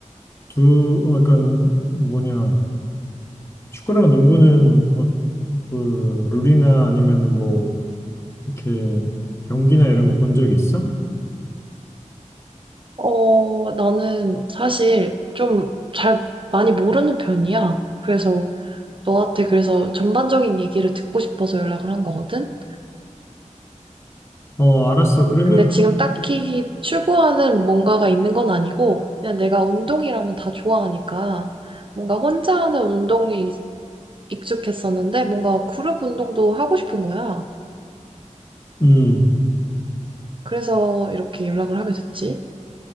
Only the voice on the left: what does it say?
두, 어, 약간, 뭐냐, 축구랑 농구는, 어, 그, 룰이나 아니면은 뭐, 이렇게, 경기나 이런 거 본 적 있어?
어, 알았어. 그러면,
음,